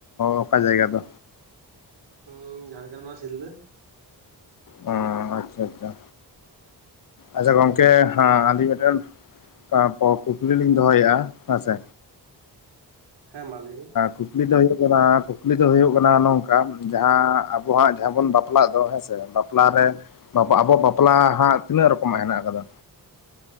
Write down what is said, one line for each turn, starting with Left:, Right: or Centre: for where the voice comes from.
Left: ᱚᱠᱟ ᱡᱟᱭᱜᱟ ᱫᱚ
Right: ᱦᱚᱸ ᱡᱷᱟᱲᱜᱨᱟᱢ ᱱᱚᱣᱟ ᱥᱤᱞᱫᱟᱹ
Left: ᱚ ᱟᱪᱪᱷᱟ ᱟᱪᱪᱷᱟ ᱟᱪᱪᱷᱟ ᱜᱚᱝᱠᱮ ᱦᱟ ᱟᱞᱤᱧ ᱢᱤᱫᱴᱮᱱ ᱛᱟᱨᱯᱚᱨ ᱠᱩᱠᱞᱤ ᱞᱤᱧ ᱫᱚᱦᱚᱭᱮᱫᱼᱟ ᱦᱮᱸᱥᱮ
Right: ᱦᱮᱸ ᱢᱟ ᱞᱟᱹᱭ ᱢᱮ
Left: ᱠᱩᱠᱞᱤ ᱫᱚ ᱦᱩᱭᱩᱜ ᱠᱟᱱᱟ ᱠᱩᱠᱞᱤ ᱫᱚ ᱦᱩᱭᱩᱜ ᱠᱟᱱᱟ ᱱᱚᱝᱠᱟ ᱡᱟᱦᱟᱸ ᱟᱵᱚᱦᱟᱜ ᱡᱟᱦᱟᱸ ᱵᱚᱱ ᱵᱟᱯᱞᱟᱜ ᱫᱚ ᱦᱮᱸᱥᱮ ᱵᱟᱯᱞᱟᱨᱮ ᱟᱵᱚᱣᱟᱜ ᱵᱟᱯᱞᱟ ᱦᱟᱸᱜ ᱛᱤᱱᱟᱹᱜ ᱨᱮᱠᱚᱢᱟᱜ ᱦᱮᱱᱟᱜ ᱟᱠᱟᱫᱟ